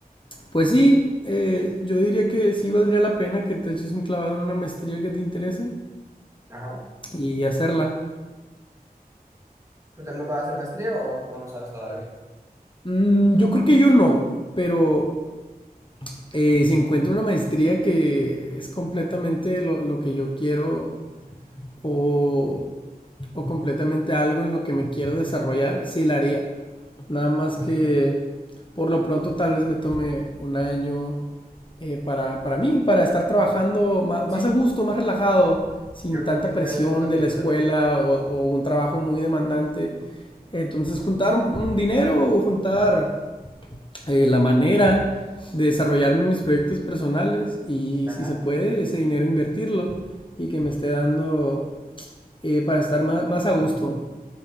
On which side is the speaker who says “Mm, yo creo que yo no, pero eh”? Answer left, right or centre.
Left